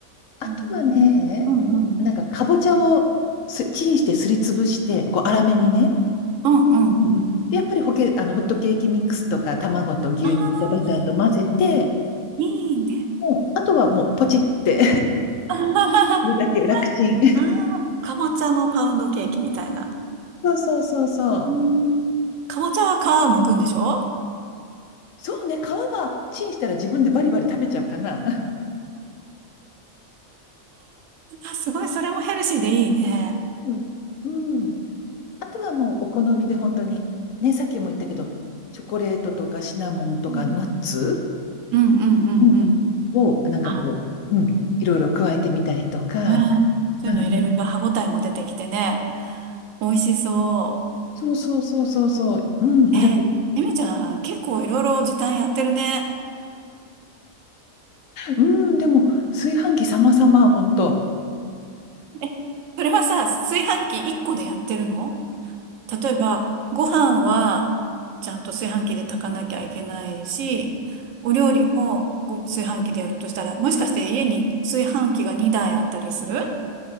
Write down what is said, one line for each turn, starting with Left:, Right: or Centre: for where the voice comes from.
Left: あとはね、
Right: うん。うん。うん。
Left: なんかかぼちゃをすチンしてすりつぶして、こう粗めにね。
Right: うんうん。
Left: うんうん。で、やっぱりホケ、あのホットケーキミックスとか卵と牛乳とバターと混ぜて、
Right: ああ、いいね。
Left: もうあとはもうポチって
Right: <laughs> あ
Left: <laughs> それだけ楽ちん
Right: あ、かぼちゃのパウンドケーキみたいな。
Left: <laughs> そうそうそうそう。
Right: うーんかぼちゃは皮を剥くんでしょ
Left: そうね、皮はチンしたら自分でバリバリ食べちゃうかな。<laughs>
Right: あ、すごい、それもヘルシーでいいね。
Left: うん。うんあとはもうお好みで本当に、
Right: うん
Left: ね、さっきも言ったけど、チョコレートとかシナモンとかナッツ
Right: うんうんうんうんうんうん。
Left: うんうん。を、なんかこう、
Right: あ、
Left: うん、いろいろ加えてみたりとか、
Right: うん。そういうの入れると歯ごたえも出てきてね、
Left: うんうん。
Right: 美味しそ
Left: そうそうそうそうそう、うん、
Right: う。え、
Left: いろい
Right: えみちゃん、結構いろいろ時短やってるね。
Left: ろ、うん、でも、炊飯器様々、ほん
Right: え、それはさ、炊飯器1個でやってるの例えば、ご飯はちゃんと炊飯器で炊かなきゃいけないし、お料理もご炊飯器でやるとしたら、もしかして家に炊飯器が2台あったりする